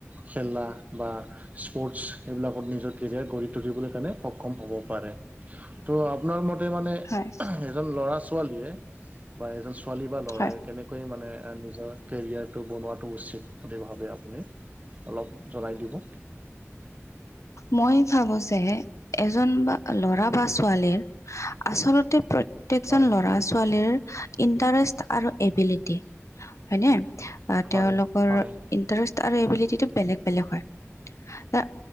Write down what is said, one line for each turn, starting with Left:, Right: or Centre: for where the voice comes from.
Right: খেলা বা স্পৰ্টছ এইবিলাকত নিজৰ কেৰিয়াৰ গঢ়ি তুলিবলৈ কাৰণে সক্ষম হ'ব পাৰে। ত আ আপোনাৰ মতে মানে
Left: হয়
Right: এজন ল'ৰা-ছোৱালীয়ে বা এজন ছোৱালী বা ল'ৰাই
Left: হয়
Right: কেনে কৈ মানে নিজৰ কেৰিয়াৰটো বনোৱাটো উচিত বুলি ভাবে আপুনি অলপ জনাই দিব
Left: মই ভাবো যে এজন বা ল'ৰা বা ছোৱালীৰ আচলতে প্ৰত প্ৰত্যেকজন
Right: হয়
Left: ল'ৰা-ছোৱালীৰ ইণ্টাৰেষ্ট আৰু এবিলিটি হয়নে? আ
Right: হয়
Left: তেওঁলোকৰ
Right: হয়
Left: ইণ্টাৰেষ্ট আৰু এবিলিটিটো বেলেগ বেলেগ হয়। আ